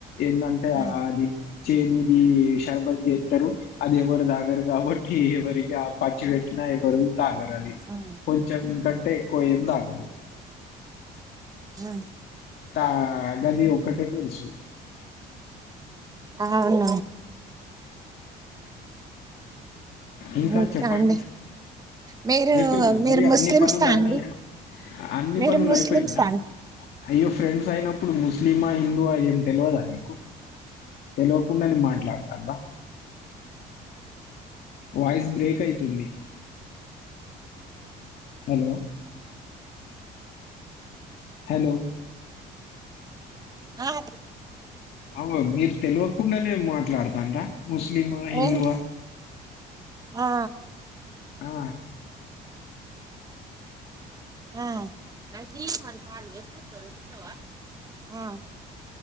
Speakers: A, on the left; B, on the right.
A: ఏందంటే
B: ఉమ్
A: అది చేదుది షర్బత్ చేత్తారు అది ఎవరు దాగరు కాబట్టి ఎవరికి పచ్చి పెట్టిన ఎవరు తాగరు అది
B: ఉమ్
A: కొంచెం కంటే ఎక్కువ ఏం తాగరు
B: హ
A: తా గదీ ఒక్కటే తెల్సు
B: ఆవ్న
A: ఇంక
B: ఇంకా
A: చెప్పండి
B: అండి మీరు
A: ఐపేయ్నాయ
B: మీరు
A: మరి అన్ని
B: ముస్లిమ్సా
A: పనులన్నీ
B: అండి
A: అన్ని
B: మీరు
A: పనులైపెయినాయ
B: ముస్లిమ్సా అండి
A: అయ్యో ఫ్రెండ్స్ అయినప్పుడు ముస్లిమా హిందూవా ఏం తెల్వదా నీకు తెల్వకుండనే మాట్లాడతాంద వాయిస్ బ్రేక్ ఐతుంది హలో హెలో
B: ఆహ
A: అవో మీర్ తెల్వకుండనే మాట్లాడ్ ద ముస్లిమా హిందూవ
B: ఏంటి ఆ
A: ఆ
B: ఆ మాకీ మరి పాలు ఎప్పుడిత్తవ్ రేపిత్తవ ఆ